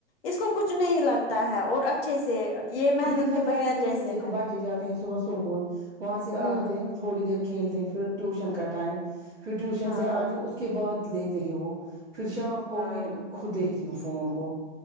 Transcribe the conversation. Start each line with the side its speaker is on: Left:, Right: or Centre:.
Left: اس کو کچھ نہیں لگتا ہے اور اچھا چیسے یہ <inaudible>
Right: نہیں میں بیٹھی
Left: بغیر
Right: ہوتی
Left: جیسے
Right: دیکھو
Left: ہے
Right: بچے جاتے ہیں صبح سکول وہاں سے
Left: ہوں
Right: آتے ہیں تھوڑی دیر کھیلتے ہیں پھر ٹیوشن کا ٹائم پھر ٹیوشن
Left: ہاں
Right: سے آتی اس کے بعد لیتے ہیں وہ پھر شام کو
Left: ہاں
Right: میں خود دیکھتی ہوں فون کو